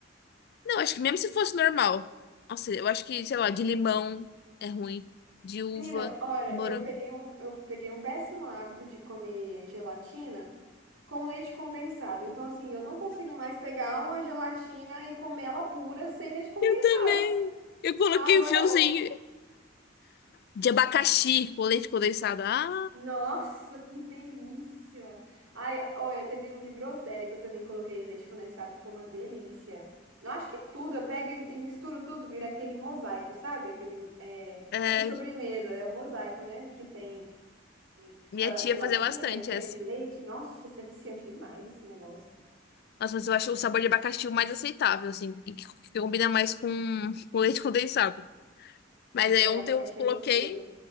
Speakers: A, on the left (about 55°); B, on the right (about 85°).
A: Não, acho que mesmo se fosse normal. Nossa, eu acho que, sei lá, de limão é ruim. De uva,
B: Menina, olha,
A: morango.
B: eu peguei um, eu peguei um péssimo hábito de comer gelatina com leite condensado. Então, assim, eu não consigo mais pegar uma gelatina e comer ela pura sem leite condensado.
A: Eu também. Eu coloquei
B: Agora
A: um fiozinho de abacaxi com leite condensado. Ah,
B: Nossa, que delícia! Ai, olha, teve um de groselha que eu também coloquei leite condensado, ficou uma delícia. Eu acho que tudo, eu pego e, e misturo tudo, vira aquele mosaico, sabe? Aquele, é,
A: é,
B: essa sobremesa, é um mosaico, né? Que tem
A: minha
B: a
A: tia
B: gelatina
A: fazia bastante
B: e creme
A: essa.
B: de leite. Nossa, isso é viciante demais, esse negócio.
A: Nossa, mas eu acho o sabor de abacaxi o mais aceitável, assim, e que, que combina mais com, com leite condensado. Mas
B: É,
A: aí ontem
B: abacaxi
A: eu coloquei,
B: é gostoso.